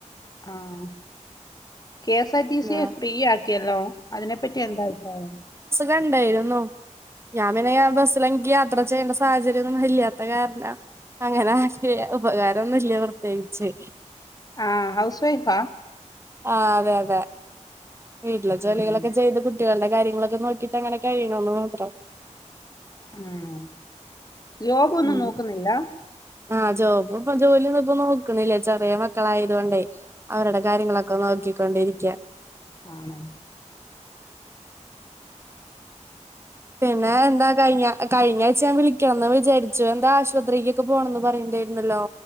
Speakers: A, on the left; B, on the right.
A: ആഹ് കെ എസ് ആർ ടി സിയെ
B: ആ
A: ഫ്രീ ആക്കിയല്ലോ അതിനെപ്പറ്റി എന്താ അഭിപ്രായം?
B: വേണ്ടായിരുന്നു ഞാൻ പിന്നെ ആ <unintelligible> <unintelligible> യാത്ര ചെയ്യേണ്ട സാഹചര്യം ഒന്നും ഇല്ലാത്ത കാരണം അങ്ങനെ ആക്കിയേ ഉപകാരോന്നും ഇല്ല പ്രത്യേകിച്ച്
A: ആഹ് ഹൗസ് വൈഫാ
B: ആഹ് അതെ അതെ വീട്ടിലെ ജോലികളൊക്കെ
A: ആണോ
B: ചെയ്ത് കുട്ട് കുട്ടികളുടെ കാര്യങ്ങളൊക്കെ നോക്കിട്ട് അങ്ങനെ കഴണണൂന്ന് മാത്രം
A: ആണോ ജോബ് ഒന്നും
B: ഉം
A: നോക്കുന്നില്ല
B: ആഹ് ജോബ് ഇപ്പം ജോലിയൊന്നും ഇപ്പോ നോക്കണില്ലേ ചെറിയ മക്കളായതു കൊണ്ടേയ് അവരുടെ കാര്യങ്ങളൊ ക്കെ നോക്കിക്കൊണ്ട് ഇരിക്കാ
A: ആണോ
B: പിന്നെ എന്താ കഴിഞ്ഞോ? കഴിഞ്ഞാഴ്ച ഞാൻ വിളിക്കാന്ന് വിചാരിച്ചു. എന്താ ആശുപത്രീക്കൊക്കെ പോണന്ന് പറയുണ്ടായിരുന്നല്ലോ.